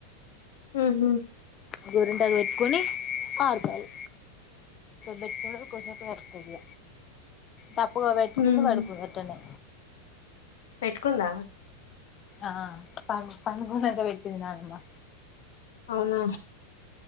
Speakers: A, on the left; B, on the left.
A: ఉహుమ్
B: గోరుంటకు పెట్టుకొని ఆడుతాళ్లు పెట్టుకున్నదు కొంచ వెడుకద తప్పు పెట్టుకుంద
A: ఉమ్.
B: పడుకుందిట్టనే
A: పెట్టుకుందా
B: ఆ పడ్ పడుకున్నాక పెట్టింది నానుమ్మా
A: అవునా